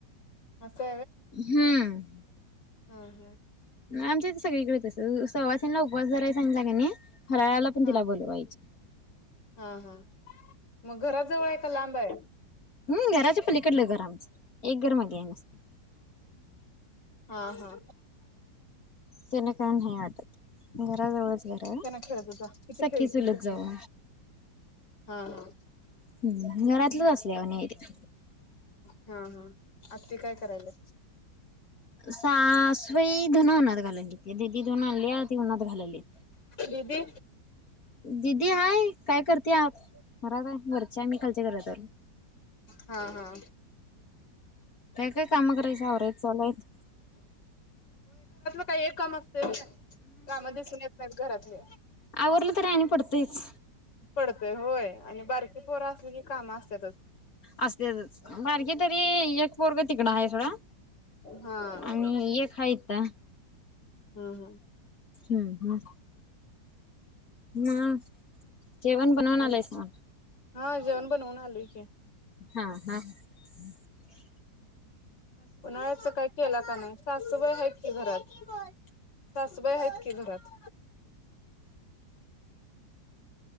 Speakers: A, on the left; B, on the left.
A: असं
B: हम्म
A: हं हं
B: आमच्या इथ सगळीकडेच तसंच आहे सवाशीना उपवास धरायला सांगितला कनी फराळाला पण
A: हा
B: तिला
A: हा
B: बोलवायचे.
A: हा हा मग घराजवळ आहे का लांब आहे
B: हु घराच्या पलीकडलं घर आमचं एक घर मागे काही नसतं
A: हा हा
B: त्याना काय नाही वाटत घराजवळच घर आहे
A: हे ना खेळत जा इथे
B: सखी
A: खेळ इथे
B: चुलत
A: इथे खेळ
B: जाऊ
A: हा ह
B: हम्म घरातलंच असल्या वाणी आहे ते.
A: हा हा आत्या काय करायला
B: सासु होय धुणं वाळत घालत आहे ते ददी धुन आणली ती उन्हात वाळत घालायल्यात
A: दिदी
B: दिदी हाय काय करत्याय आ मरा बर <inaudible> आम्ही खालच्या घरात आलोय
A: हां हां
B: ते काम करायच्या आवरायत चालायत
A: काय एका मग <unintelligible> कामं दिसून येत नाहीत घरात <unintelligible>
B: आवरलं तरी आनि पडतंयच
A: पडतय होय आणि बारकी पोर असली की कामं असत चल चल
B: असेलच बारकी तरी यक पोरग तिकडं हाय थोडा
A: हा हम्म
B: आणि यक हाय इथं
A: हम्म
B: हम्म हम्म ह जेवण बनवन
A: आणि
B: आलायस का
A: हा जेवण बनवून <unintelligible>
B: हा हा ह
A: उन्हाळ्याच काही केलं का नाही? सासुबाई आहेत की घरात सासुबाई आहेत कि घरात